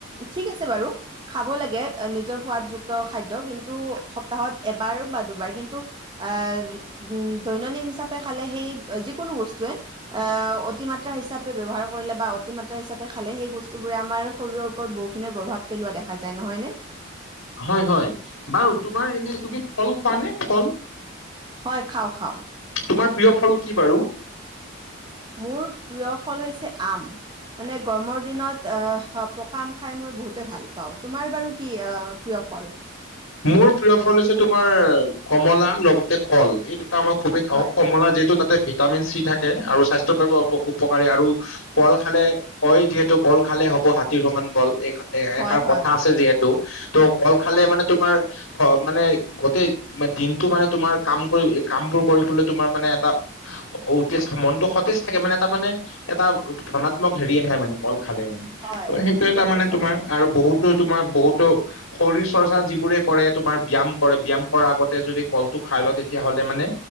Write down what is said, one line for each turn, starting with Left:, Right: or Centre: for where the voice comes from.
Right: ঠিক আছে বাৰু খাব লাগে নিজৰ সোৱাদযুক্ত খাদ্য কিন্তু সপ্তাহত এবাৰ বা দুবাৰ কিন্তু, আহ উ দৈনদিন হিচাপে খালে সেই, যিকোনো বস্তুৱে এ অতিমাত্ৰা হিচাপে ব্যৱহাৰ কৰিলে বা অতি মাত্ৰা হিচাপে খালে সেই বস্তুবোৰে আমাৰ শৰীৰৰ ওপৰত বহুখিনি প্ৰভাৱ পেলোৱা দেখা যায়, নহয়নে?
Left: হয় হয়। বাৰু তোমাৰ এনে তুমি ফল খোৱা নে ফল?
Right: হয়, খাওঁ খাওঁ।
Left: তোমাৰ প্ৰিয় ফল কি বাৰু?
Right: মোৰ প্ৰিয় ফল হৈছে আম, মানে গৰমৰ দিনত আহ পকা আম খাই মই বহুতে ভাল পাওঁ। তোমাৰ বাৰু কি আ প্ৰিয় ফল?
Left: মোৰ প্ৰিয় ফল হৈছে তোমাৰ কমলা, লগতে কল এইটো টা খুবেই খাওঁ,
Right: হয়,
Left: কমলা যিহেতো তা ভিটামিন চি থাকে আৰু স্বাস্থ্য বাবে অপ-উপকাৰী আৰু কল খালে কয় যিহেতু কল খালে হ'ব হাতীৰ সমান বল এক এ
Right: হয়,
Left: এষাৰ
Right: হয়,
Left: কথা আছে যিহেতু, ত কল খালে মানে তোমাৰ হ মানে গটেই দিনটো মানে তোমাৰ কাম কৰি কাম বোৰ কৰিবলৈ তোমাৰ মানে এটা, ওতেচ মনতটো সতেজ থাকে মানে এটা মানে এটা ধনাত্মক হেৰি আহে মানে। কল খালে মানে।
Right: হয়,
Left: ত সেইটো
Right: ঠিকে
Left: এটা মানে
Right: কৈছা।
Left: তোমাৰ আৰু বহুত- তো তোমাৰ বহুতো, শৰীৰ চৰ্চা যি- বোৰে কৰে তোমাৰ, ব্যায়াম কৰে। ব্যায়াম কৰা আগতে যদি কলটো খাই লোৱা তেতিয়াহ'লে মানে